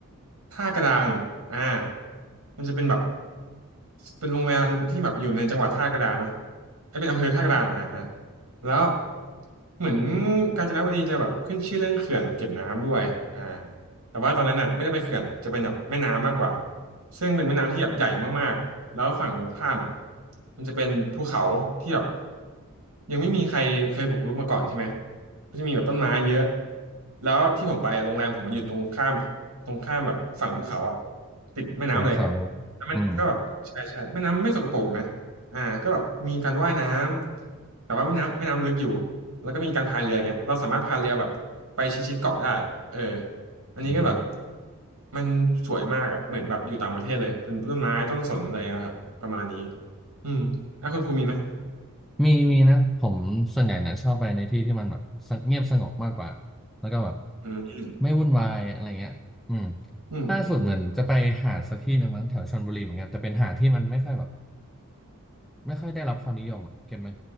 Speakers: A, on the right; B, in the centre.
A: ท่ากระดานอ่ามันจะเป็นแบบเป็นโรงแรมที่แบบอยู่ในจังหวัดท่ากระดานเนาะไอยเป็นอำเภอท่ากระดานอ่าอ่าแล้วเหมือนกาญจนบุรีจะแบบขึ้นชื่อเรื่องเขื่อนเก็บน้ำด้วยอ่า แต่ว่าตอนนั้นน่ะไม่ได้ไปเขื่อนจะเป็นแบบแม่น้ำมากกว่าซึ่งเป็นแม่น้ำที่แบบใหญ่มากๆแล้วฝั่งตรงข้ามอ่ะมันจะเป็นภูเขาที่แบบยังไม่มีใครเคยบุกรุกมาก่อนใช่ไหมก็จะมีแบบต้นไม้เยอะแล้วที่ผมไปอะโรงแรมผมมันอยู่ตรงข้ามตรงข้ามแบบฝั่งภูเขาอ่ะติดแม่น้ำเลย
B: ของเขา
A: แล้วแม่น้ำก็แบบใช่ใช่แม่น้ำไม่สกปรกนะ
B: อืม
A: อ่าก็แบบมีการว่ายน้ำแต่ว่าแม่น้ำแม่น้ำลึกอยู่แล้วก็มีการพายเรืออย่างเงี้ยเราสามารถพายเรือแบบไปชิดๆเกาะได้เออ อันนี้ก็แบบ
B: อืม
A: มันสวยมากอ่ะเหมือนแบบอยู่ต่างประเทศเลยเป็นต้นไม้ต้นสนอะไรนะครับประมาณนี้อืมอ่ะคุณภูมิมีไหม
B: มีมีนะผมส่วนใหญ่เนี่ยชอบไปในที่ที่มันแบบสงเงียบสงบมากกว่าแล้วก็แบบ
A: อืม
B: ไม่วุ่นวายอะไรเงี้ยอืม
A: อืมอืม
B: ล่าสุดเหมือนจะไปหาดสักที่หนึ่งมั้งแถวชลบุรีเหมือนกันแต่เป็นหาดที่มันไม่ค่อยแบบ ไม่ค่อยได้รับความนิยมอ่ะเก็ตไหม